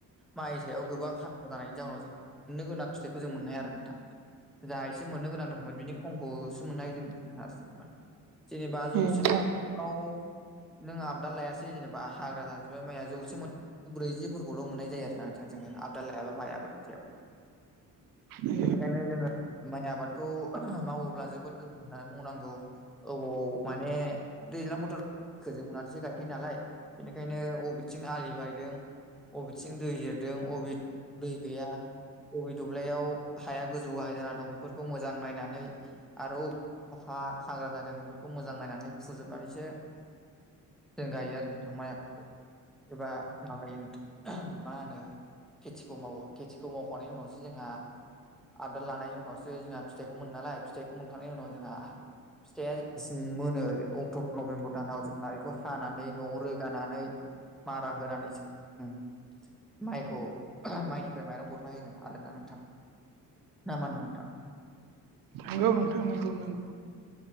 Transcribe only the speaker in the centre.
माइ सायाव गोबां हाग्रा जानायनि जाउनाव जों मोननो गोनां फिथाइखौ जों मोननो हाया आरो नोंथां। जा एसे मोननो गोनां दंमोन बिनि खमखौसो मोननो हायो जों आरो। जेनेबा
जौसे
<unintelligible> आव नों आबदा लायासै जेनेबा हाग्रा जाजोबबाय माइआ जौसेमोन ब्रैजिफोरखौल' मोननाय जायो आरो ना नोंथां जोङो आबदा लायाबा माइ आाबादनि सायाव।
बेनिखायनो जोङो माइ आबादखौ मावोब्ला जोबोद गोसोहोनानै मावनांगौ अबाव माने दैज्लां बोथोर खोजोबनानैसो गायो नालाय बेनिखायनो अबेथिं आलि बायदों अबेथिं दै देरदों अबे दै गैया बबे दब्लायाव हाया गोजौ गाहाय जाना दं बेफोरखौ मोजां नायनानै आरो अबे हाग्रा जादों बेफोरखौ मोजां नायनानै फुजोबनानैसो जों गायो आरो नोंथां माइ आबादखौ एबा माबायो नोंथां मा होनो खेथिखौ मावो खेथिखौ मावखांनायनि उनावसो जोंहा आबदाद लानायनि उनावसो जोंहा फिथाइखौ मोनो नालाय फिथाइखौ मोनखांनायनि उनाव जोंहा फिथाइया जेब्लासिम मोनो अक्ट'बर नभेम्बर दानाव जों ना बेखौ हानानै न'आव रोगानानै मारा होनानैसो माइखौ माइनिफ्राय माइरं बरना होा आरोना नोंथां। नामाना